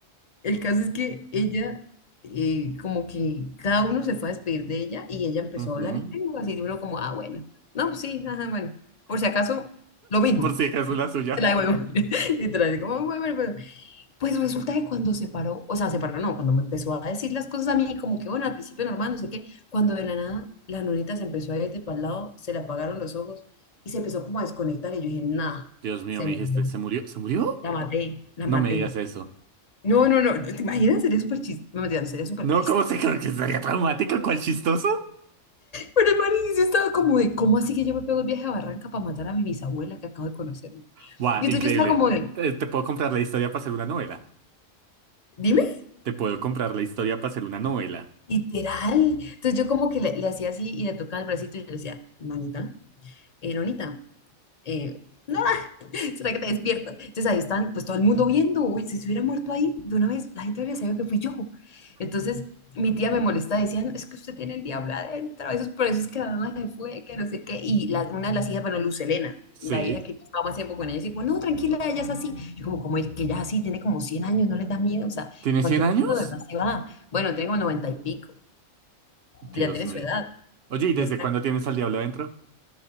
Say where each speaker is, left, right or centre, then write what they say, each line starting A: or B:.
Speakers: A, on the left; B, on the right.
A: el caso es que ella, eh, como que cada uno se fue a despedir de ella y ella empezó
B: <laughs> ujú.
A: a hablar en lengua, así de uno como, ah, bueno, no, pues sí, ajá, bueno, por si acaso, lo mismo,
B: Por si acaso la suya.
A: te la devuelvo, <laughs> literal, como, bueno, bueno, bueno. Pues resulta que cuando se paró, o sea, se paró, no, cuando me empezó a decir las cosas a mí, como que, bueno, al principio normal, no sé qué, cuando de la nada la nonita se empezó a ir de para el lado, se le apagaron los ojos y se empezó como a desconectar y yo dije, nah,
B: Dios mío,
A: se
B: me
A: murió,
B: dijiste, ¿se murió? ¿Se murió?
A: la maté, la
B: No
A: maté.
B: me digas eso.
A: No, no, no, no, ¿te imaginas? Sería súper chiste, no, mentira, no, sería súper
B: No,
A: triste.
B: ¿cómo se creo que estaría traumático? ¿Cuál chistoso?
A: Pero el marido yo estaba como de, ¿cómo así que yo me pego el viaje a Barranca para matar a mi bisabuela que acabo de conocer? Y
B: Buah,
A: entonces
B: increíble.
A: yo estaba como de,
B: Eh, Te puedo comprar la historia para hacer una novela.
A: dime,
B: Te puedo comprar la historia para hacer una novela.
A: literal. Entonces yo como que le, le hacía así y le tocaba el bracito y yo le decía, manita, eh, nonita, eh, no, ¿Será que te despiertas? Entonces ahí están, pues todo el mundo viendo, uy, si se hubiera muerto ahí de una vez, la gente habría sabido que fui yo. Entonces mi tía me molesta, decían, es que usted tiene el diablo adentro, eso es por eso es que la mamá se fue, que no sé qué. Y la- una de las hijas, bueno, Lucelena, la
B: Sí.
A: hija que yo estaba más tiempo con ella, decía no, tranquila, ella es así. Yo como, como el que ella es así, tiene como 100 años, no le da miedo, o sea,
B: ¿Tienes
A: en cualquier
B: 100 años?
A: momento de verdad se va. Bueno, tengo 90 y pico,
B: Dios
A: ya tiene
B: mío.
A: su edad,
B: Oye, ¿y desde
A: ya está.
B: cuándo tienes al diablo adentro?